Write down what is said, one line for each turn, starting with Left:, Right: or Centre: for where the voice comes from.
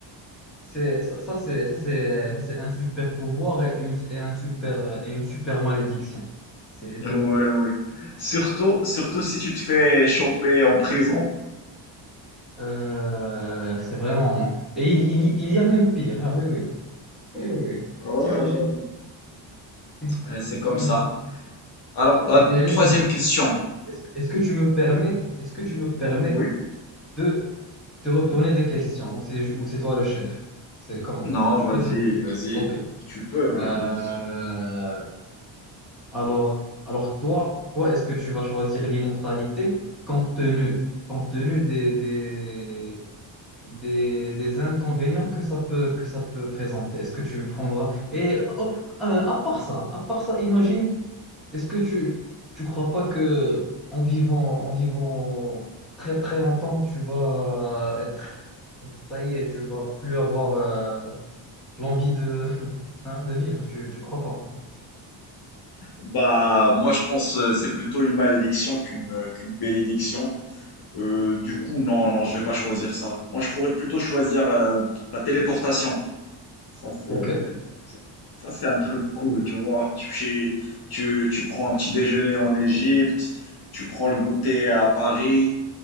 Centre: C'est, ça, ça, c'est, ça, c'est, ça, c'est un super pouvoir et une, et un super, et une super malédiction. C'est les deux.
Left: Ouais, ouais. Surtout, surtout si tu te fais choper en prison,
Centre: Euh, c'est vraiment... Et il, il, y il y a même pire. Ah, oui, oui. Oui, oui, oui.
Left: Ouais,
Centre: T'imagines.
Left: ouais, ouais.
Centre: <laughs>
Left: Euh, c'est comme
Centre: T'imagines.
Left: ça. Alors, la
Centre: Mais laisse-moi.
Left: troisième question.
Centre: Est-ce, que- est-ce que tu me permets, est-ce que tu me permets
Left: Oui.
Centre: de te retourner des questions ou c'est ju- ou c'est toi le chef? C'est comment?
Left: Non,
Centre: Je
Left: vas-y,
Centre: peux te...
Left: vas-y.
Centre: Ok.
Left: Tu peux, oui,
Centre: Euh,
Left: bien sûr.
Centre: alors, alors toi, toi, est-ce que tu vas choisir l'immortalité compte tenu, compte tenu des, des, des, des inconvénients que ça peut, que ça peut présenter? Est-ce que tu prendras... Et oh, euh, à part ça, à part ça, imagine, est-ce que tu tu crois pas que en vivant en vivant très très longtemps, tu vas être ça y est, tu vas plus avoir euh, l'envie de <laughs> hein, de vivre, tu tu crois pas?
Left: Bah, moi, je pense euh, c'est plutôt une malédiction qu'une euh, qu'une bénédiction. Euh, du coup, non, non, je vais pas choisir ça. Moi, je pourrais plutôt choisir euh, la téléportation. Ça, c'est
Centre: OK.
Left: ça, ça, c'est un truc cool, tu vois. Tu, fais- tu, tu prends un petit déjeuner en Égypte, tu prends le goûter à Paris,